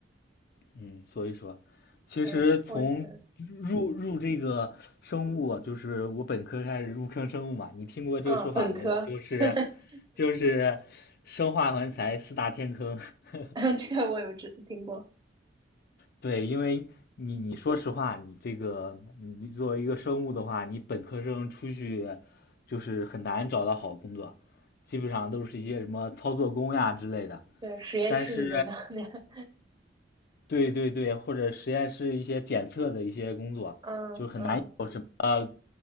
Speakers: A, on the left (about 55°); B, on the right (about 25°).
A: 嗯，所以说，其实从入入这个生物啊就是我本科开始入坑生物嘛，
B: 对，我觉得，
A: 你听过这个说法没有？
B: 啊，本科。
A: 就是
B: <laughs>
A: 就是生化环材四大天坑。<laughs>
B: <laughs> 这个我有知听过，
A: 对，因为你你说实话，你这个你作为一个生物的话，你本科生出去就是很难找到好工作，基本上都是一些什么操作工呀之类的。
B: 对，实验室里面的那个，
A: 但是对对对，或者实验室一些检测的一些工作，
B: <laughs> 嗯嗯
A: 就很难有什么